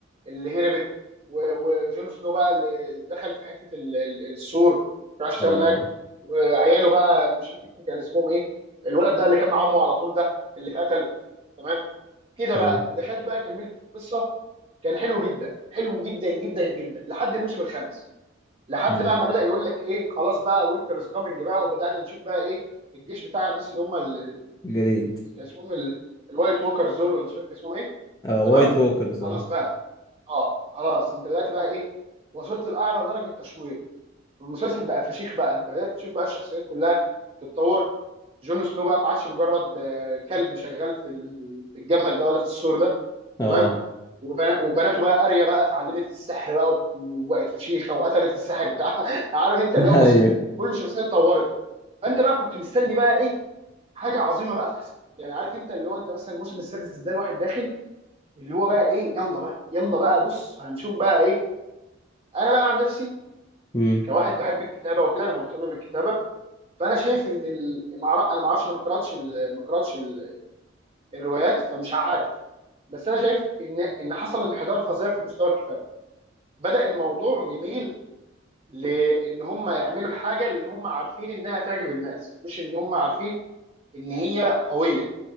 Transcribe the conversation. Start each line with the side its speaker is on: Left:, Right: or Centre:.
Right: اللي هربت و- وجون سنو بقى اللي دخل في حته ال- ال- السور راح اشتغل
Left: اه
Right: هناك وعياله بقى مش فاكر كان اسمهم ايه الولد بقى اللي كان مع امه على طول ده اللي اتقتل تمام كده
Left: ايوه
Right: بقى انت دخلت بقى كملت في القصه كان حلو جدا حلو جدا جدا جدا لحد الموسم الخامس لحد
Left: امم
Right: بقى ما بدا يقول لك ايه خلاص بقى وينتر از كامينج بقى وبدانا نشوف بقى ايه الجيش بتاع الناس اللي هم ال-
Left: جديد
Right: كان اسمهم ال- الوايت ووكرز دول ولا مش فاكر كان اسمهم ايه
Left: اه
Right: تمام
Left: وايت ووكرز
Right: خلاص
Left: اه
Right: بقى اه خلاص انت بدات بقى ايه وصلت لاعلى درجه تشويق والمسلسل بقى فشيخ بقى انت بدات تشوف بقى الشخصيات كلها تتطور جون سنو بقى ما عادش مجرد آه، كلب شغال في ال- في الجبل ده ولا في السور ده
Left: اه
Right: تمام وبنا- وبناته بقى اريا بقى اتعلمت السحر بقى وت- وبقت فشيخه وقتلت السحر بتاعها <laughs> عارف انت اللي
Left: <laughs>
Right: هو
Left: ايوه
Right: بص كل شخصيه اتطورت فانت بقى كنت مستني بقى ايه حاجه عظيمه بقى تحصل يعني عارف انت اللي هو انت مثلا الموسم السادس ده الواحد داخل اللي هو بقى ايه يلا بقى يلا بقى بص هنشوف بقى ايه انا بقى عن نفسي
Left: مم.
Right: كواحد بحب الكتابه وكده انا مهتم بالكتابه فانا شايف ان ال... مع- انا ما اعرفش انا ما قراتش ال- ما قراتش ال- الروايات فمش عارف بس انا شايف ان ان حصل انحدار فظيع في مستوى الكتابه بدأ الموضوع جميل لان هم يعملوا الحاجه اللي هم عارفين انها تعجب الناس مش ان هم عارفين ان هي قويه